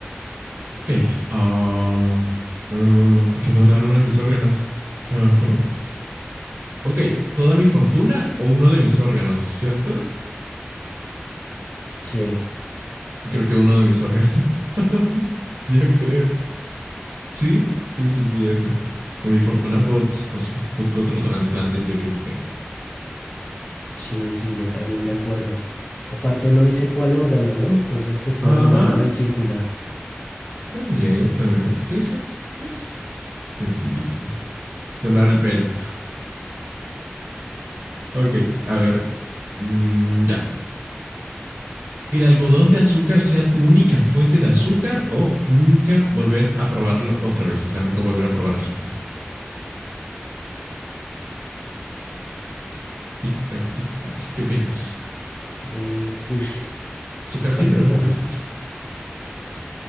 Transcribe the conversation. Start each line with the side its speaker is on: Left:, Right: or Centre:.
Right: Ok. ah, mm, ¿por qué donar uno de mis órganos? <laughs> Ujú. ok. ¿Toda mi fortuna o uno de mis órganos, cierto?
Left: Sí,
Right: Creo que uno de mis órganos. <laughs> Yo creo. Sí, sí, sí, sí, esa. Con mi fortuna puedo, pues, no sé, busco otro trasplante, yo qué sé.
Left: sí, sí, yo también de acuerdo. Aparte no dice cuál órgano, ¿no? Entonces se puede
Right: Ajá,
Left: donar la vesícula.
Right: está bien, está bien. Sí, sí, es sencillísimo. Donar el pelo. Ok, a ver, mm, ya. Que el algodón de azúcar sea tu única fuente de azúcar o nunca volver a probarlo otra vez, o sea, nunca volver a probar azúcar. Tic tac, tic tac. ¿Qué opinas?
Left: Eh, uy,
Right: ¿Azúcar
Left: toca
Right: siempre
Left: pensarla.
Right: o nunca azúcar?